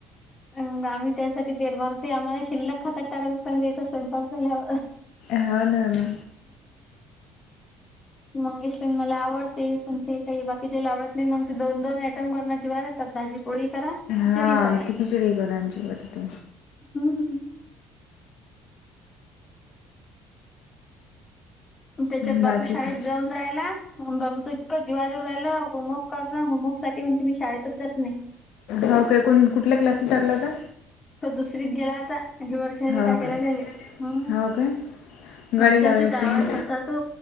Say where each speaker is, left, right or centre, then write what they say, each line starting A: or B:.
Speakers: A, on the left; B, on the left.
A: अ आम्ही त्यासाठी दडभार आम्हाला, शिल्लक खातात टाकत अस त्याचा स्वयंपाक झाल्या.
B: ह ना ना.
A: मंगेशलान मला आवडते कोण ते काही बाकीच्याला आवडत नाही, मग ते दोन दोन आयटम करायला जिवार येतात भाजी. पोळी करा. खिचडी
B: हा
A: करा
B: ते खीचिडीकराची वरती.
A: हम्. त्याच्यात बाबू
B: बाकीचं
A: शाळेत जाऊन राहिला. बाब तू इतक जीववर राहिल, होमवर्क करा होमवर्क साठी म्हणती मी शाळेतच जात नाही.
B: हो का कोण कुठल्या क्लासला टाकला आता.
A: तो दुसरीत गेला आता, वर खाली
B: हो
A: टाकले
B: काय
A: त्याले हम्म.
B: हो काय गाडी
A: मागच्या
B: लावायला
A: वर्षी
B: असून
A: गावात होता तो,